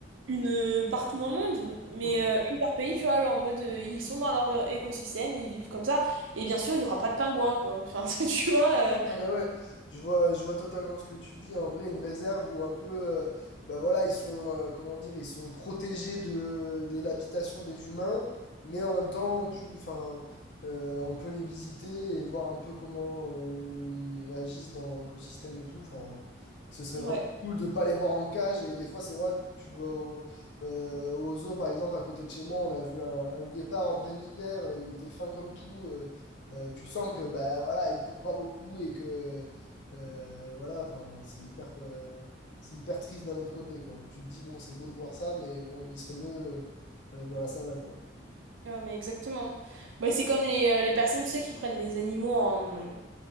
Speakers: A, on the right (about 80°); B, on the left (about 60°).
A: une euh, partout dans le monde, mais
B: Mhm.
A: euh, une par pays, tu vois, genre en mode euh, ils sont dans leur euh, écosystème, ils vivent comme ça, et bien sûr, il y aura pas de pingouins, quoi. Enfin, <laughs> tu vois, euh,
B: Non, mais ouais, je vois, je vois totalement ce que tu dis. En vrai, une réserve où un peu, euh, bah voilà, ils sont, euh, comment dire, ils sont protégés de, de l'habitation des humains, mais en même temps, plus, enfin, euh, on peut les visiter et voir un peu comment euh, ils réagissent dans leur écosystème et tout. Enfin, ce serait
A: ouais.
B: vraiment cool de pas les voir en cage. Et des fois, c'est vrai que tu vas au, euh, au zoo, par exemple, à côté de chez moi, on a vu un, un guépard en plein hiver. euh, Il était fin comme tout. euh, Euh, tu sens que bah voilà, il court pas beaucoup et que euh, voilà, enfin, c'est hyper euh, c'est hyper triste d'un autre côté quoi. Tu te dis bon, c'est beau de voir ça, mais bon, il serait mieux euh, dans la savane quoi.
A: ouais mais exactement. Bah, c'est comme les, euh, les personnes, tu sais, qui prennent les animaux en,